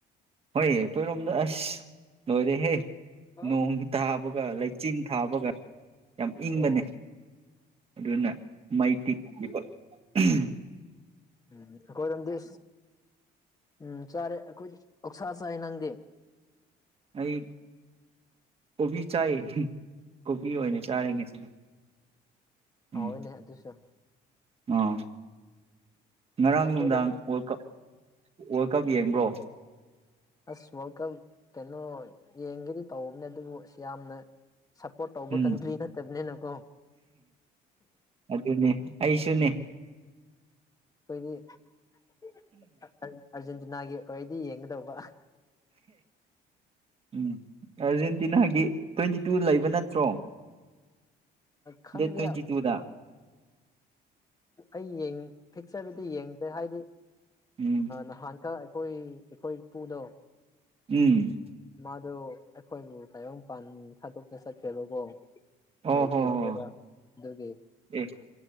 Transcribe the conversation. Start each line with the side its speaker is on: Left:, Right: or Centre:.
Right: ꯍꯣꯏ ꯑꯩꯈꯣꯏꯔꯣꯝꯗ ꯑꯁ ꯂꯣꯏꯔꯦꯍꯦ
Left: ꯑꯣ
Right: ꯅꯣꯡ ꯊꯥꯕꯒ ꯂꯩꯆꯤꯟ ꯊꯥꯕꯒ ꯌꯥꯝ ꯏꯪꯕꯅꯦ
Left: ꯑꯣ
Right: ꯑꯗꯨꯅ ꯃꯩ ꯇꯤꯛꯂꯤꯕ ꯎꯝ
Left: ꯎꯝ ꯑꯩꯈꯣꯏ ꯎꯝ ꯆꯔꯦ ꯑꯩꯈꯣꯏ ꯑꯣꯛꯁꯥꯁꯥꯏ ꯅꯪꯒꯤꯦ
Right: ꯑꯩ ꯀꯣꯕꯤ ꯆꯥꯏꯌꯦ ꯀꯣꯕꯤ ꯑꯣꯏꯅ ꯆꯥꯔꯤꯦ ꯉꯁꯤꯗꯤ ꯎꯝ
Left: ꯍꯥꯎꯣꯏꯅꯦ ꯑꯗꯨꯁꯨ
Right: ꯑꯥ ꯉꯔꯥꯡ
Left: ꯑꯩꯈꯣꯏꯔꯣꯝ
Right: ꯅꯨꯡꯗꯥꯡ ꯋꯥꯔꯜ ꯀꯞ ꯋꯥꯔꯜ ꯀꯞ ꯌꯦꯡꯕ꯭ꯔꯣ
Left: ꯑꯁ ꯋꯥꯔꯜ ꯀꯞ ꯀꯩꯅꯣ ꯌꯦꯡꯒꯦꯗꯤ ꯇꯧꯧꯕꯅꯦ ꯑꯗꯨꯕꯨ ꯁꯤ ꯌꯥꯝꯅ ꯁꯞꯄꯣꯔꯠ ꯇꯧꯕ
Right: ꯎꯝ
Left: ꯀꯟꯇ꯭ꯔꯤ ꯅꯠꯇꯕꯅꯤꯅꯀꯣ
Right: ꯑꯗꯨꯅꯦ ꯑꯩꯁꯨꯅꯦ
Left: ꯑꯩꯈꯣꯏꯗꯤꯔꯦꯟ ꯅꯥꯒꯤ ꯑꯣꯏꯔꯗꯤ ꯌꯦꯡꯒꯗꯧꯕ
Right: ꯎꯝ ꯑꯔꯖꯦꯟ ꯗꯤ ꯅꯍꯥꯟꯒꯤ ꯇ꯭ꯋꯦꯟꯇꯤ ꯇꯨ ꯂꯩꯕ ꯅꯠꯇ꯭ꯔꯣ
Left: ꯈꯪꯗꯦ
Right: ꯗꯦ ꯇꯨ ꯆ ꯆ ꯎꯗꯥ
Left: ꯑꯩ ꯐꯤꯛꯆꯔꯗꯗꯤ ꯌꯦꯡꯗꯦ ꯍꯥꯏꯗꯤ
Right: ꯎꯝ
Left: ꯅꯍꯥꯟ ꯈꯔ ꯑꯩꯈꯣꯏ ꯑꯩꯈꯣꯏ ꯏꯄꯨꯗꯣ
Right: ꯎꯝ
Left: ꯃꯥꯗꯨ ꯑꯩꯈꯣꯏꯕꯨ ꯇꯥꯏꯌꯡꯄꯥꯟ ꯊꯥꯗꯣꯛꯅ ꯆꯠꯀꯦꯔꯀꯣ
Right: ꯑꯣ
Left: ꯂꯩꯈꯤꯗ꯭ꯔꯤꯕ
Right: ꯍꯣ ꯍꯣ
Left: ꯑꯗꯨꯒꯤ
Right: ꯑꯦ